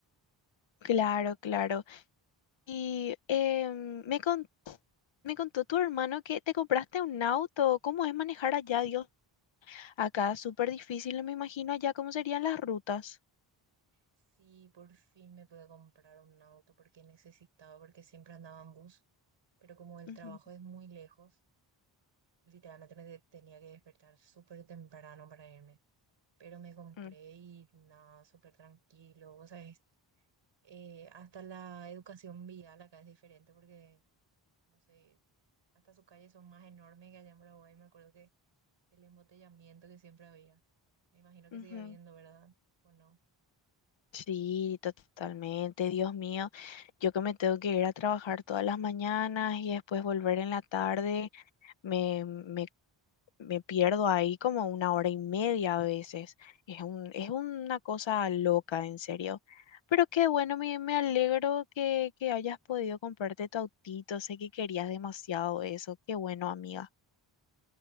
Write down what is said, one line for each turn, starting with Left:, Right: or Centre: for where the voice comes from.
Left: Claro, claro. Y em, me, con- me contó tu hermano que te compraste un auto. ¿Cómo es manejar allá, Dios? Acá es súper difícil, me imagino allá cómo serían las rutas.
Right: Sí, por fin me pude comprar un auto porque necesitaba, porque siempre andaba en bus, pero como el
Left: Ujú,
Right: trabajo es muy lejos, literalmente me de- tenía que despertar súper temprano para irme. Pero me compré
Left: mm,
Right: y nada, súper tranquilo, o sea, es- eh, hasta la educación vial acá es diferente porque, no sé, hasta sus calles son más enormes que allá en Paraguay. Me acuerdo que el embotellamiento que siempre había, me imagino que
Left: ujú.
Right: sigue habiendo, ¿verdad? ¿O no?
Left: Sí, totalmente, Dios mío. Yo que me tengo que ir a trabajar todas las mañanas y después volver en la tarde, me, me me pierdo ahí como una hora y media a veces. Es un, es una cosa loca, en serio. Pero qué bueno, me, me alegro que, que hayas podido comprarte tu autito. Sé que querías demasiado eso. Qué bueno, amiga.